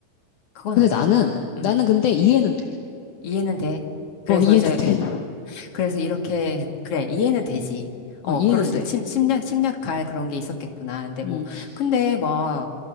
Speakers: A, on the left; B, on the left.
A: 그건
B: 근데
A: 아니라고
B: 나는,
A: 봐. 음,
B: 나는 근데 이해는 돼.
A: 이해는 돼. 그래서
B: 어, 이해는
A: 이제,
B: 돼.
A: 그래서 이렇게, 그래, 이해는 되지. 어,
B: 어, 이해는
A: 그럴 수,
B: 돼.
A: 침, 침략, 침략할 그런 게 있었겠구나. 근데 뭐,
B: 음,
A: 근데 막,